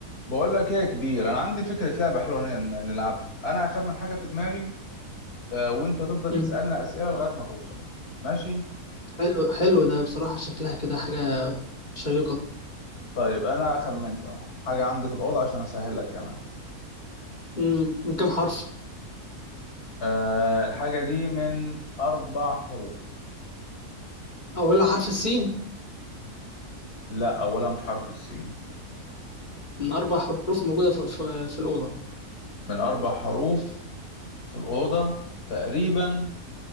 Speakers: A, on the left; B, on the left.
A: بقول لك ايه يا كبير انا عندي فكره لعبه حلوه ن- نلعبها انا هخمن حاجه في دماغي آه، وانت تفضل
B: مم.
A: تسالنا اسئله لغايه ما توصل ماشي
B: حلو حلو ده بصراحة شكلها كده حاجة شيقة
A: طيب انا خمنت اهو حاجه عندي في الاوضه عشان اسهل لك كمان
B: مم. من كام حرف؟
A: أه الحاجه دي من اربع حروف
B: أولها حرف السين
A: لا اولها مش حرف السين
B: من أربع حروف موجودة في, في, في الأوضة
A: من اربع حروف في الاوضه تقريبا